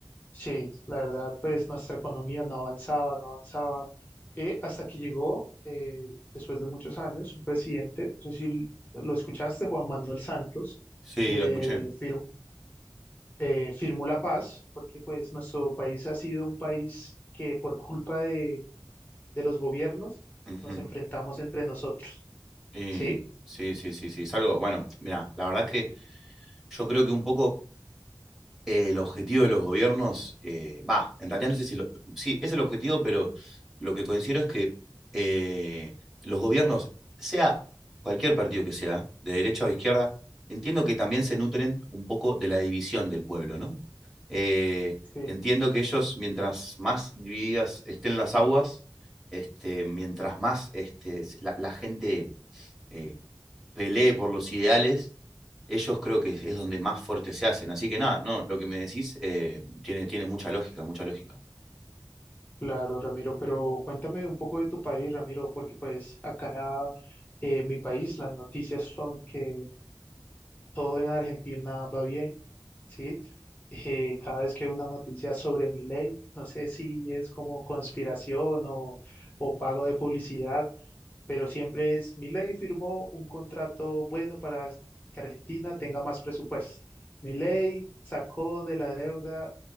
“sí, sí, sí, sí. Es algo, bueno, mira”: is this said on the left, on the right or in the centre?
Centre